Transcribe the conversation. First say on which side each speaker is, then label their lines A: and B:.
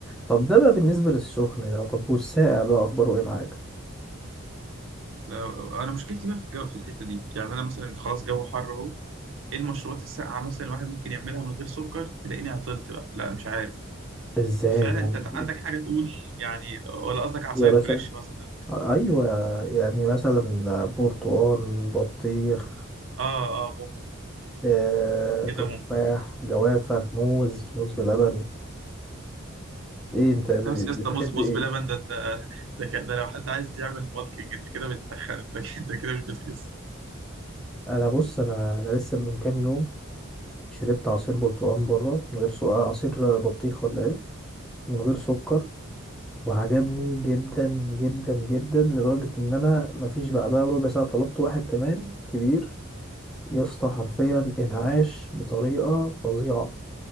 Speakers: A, in the centre; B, on the right.
A: طب ده بقى بالنسبة للسخن ده طب والساقع بقى اخباره ايه معاك؟
B: لا انا مشكلتي بقى في الجو في الحته دي يعني انا مثلا خلاص جو حر اهو ايه المشروبات الساقعه مثلا الواحد ممكن يعملها من غير سكر تلاقيني عطلت بقى لا مش عارف
A: ازاي
B: فعلا
A: يعني
B: انت عندك حاجه تقول يعني ولا قصدك عصاير
A: يا باشا
B: فريش مثلا
A: ايوه يعني مثلا برتقال بطيخ
B: اه اه ممكن
A: آه،
B: كده
A: تفاح
B: ممكن
A: جوافة موز موز بلبن ايه انت ب-
B: لا بس يا
A: بتحب
B: اسطى موز موز
A: ايه؟
B: بلبن ده ده ده, ك- ده لو حد عايز يعمل بالكينج انت كده بتتخن انت كده انت كده مش بتخس
A: انا بص انا انا لسه من كام يوم شربت عصير برتقال بره من غير سكر آه، عصير بطيخ ولا ايه من غير سكر وعجبني جدا جدا جدا لدرجة ان انا مفيش بعدها ربع ساعة طلبت واحد كمان كبير يا اسطى حرفيا انعاش بطريقة فظيعة